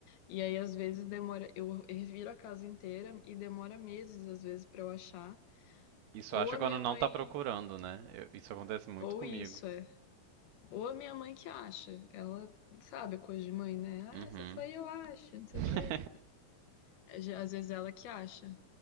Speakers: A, on the left; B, on the right.
A: E aí às vezes demora, eu reviro a casa inteira e demora meses às vezes pra eu achar.
B: Isso
A: Ou
B: eu acho
A: a
B: quando
A: minha
B: não
A: mãe,
B: tá procurando, né? Eu- isso acontece muito
A: ou
B: comigo.
A: isso é. Ou a minha mãe que acha. Ela sabe coisa de mãe, né? Ah,
B: Uhum.
A: se foi eu acho, não sei
B: <laughs>
A: o quê. É, já- Às vezes ela que acha,